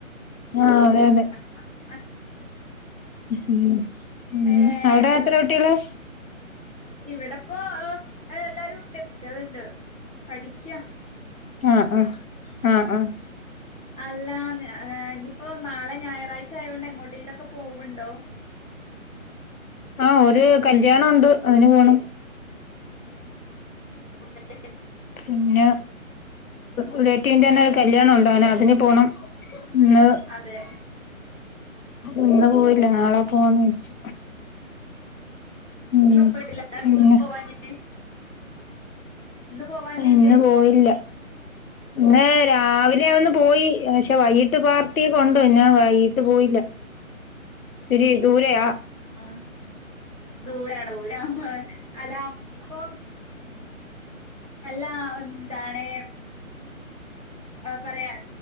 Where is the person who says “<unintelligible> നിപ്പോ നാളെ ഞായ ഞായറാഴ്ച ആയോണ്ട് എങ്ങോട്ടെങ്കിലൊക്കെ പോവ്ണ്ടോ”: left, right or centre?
Centre